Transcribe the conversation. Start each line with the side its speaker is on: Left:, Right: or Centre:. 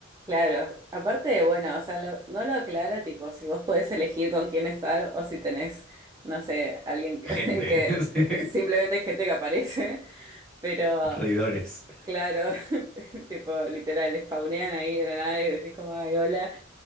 Right: Claro, aparte, bueno, o sea, lo- no lo aclara tipo si vos <laughs> podés elegir con quién estar o si tenés, no sé, alguien que,
Centre: Gente,
Right: <laughs> que,
Centre: <laughs> sí,
Right: que simplemente es gente que aparece, pero
Centre: reidores.
Right: claro, <laughs> tipo literal, spawnean ahí de la nada y decís como, ay, hola,